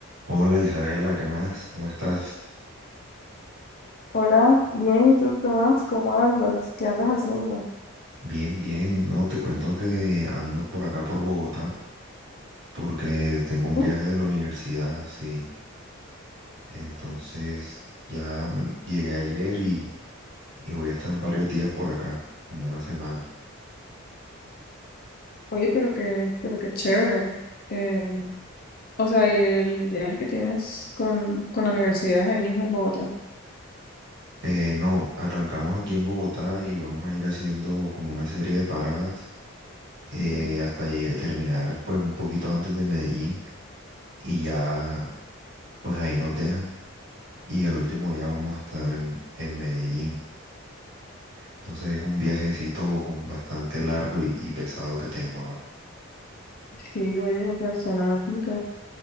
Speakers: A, on the right; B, on the left.
A: Hola Isabela, ¿qué más? ¿Cómo estás?
B: Hola, bien, ¿y tú qué más? ¿Cómo andas? ¿Qué andas haciendo?
A: Bien, bien. No, te cuento que ando por acá por Bogotá porque tengo un
B: Uh,
A: viaje de la universidad, sí. Entonces ya me- llegué ayer y, y voy a estar varios días por acá, como una semana.
B: Oye, pero qué, pero qué chévere. Eh, o sea, y el viaje que tienes con, con la universidad es ahí mismo en Bogotá.
A: Eh, no, arrancamos aquí en Bogotá y vamos a ir haciendo como una serie de paradas eh,
B: Ujú.
A: hasta llegue- terminar pues un poquito antes de Medellín y ya pues ahí nos dejan. Y el último día vamos a estar en, en Medellín. Entonces es un viajecito con bastante largo y, y pesado que tengo ahora.
B: Sí, oye, o sea, suena como que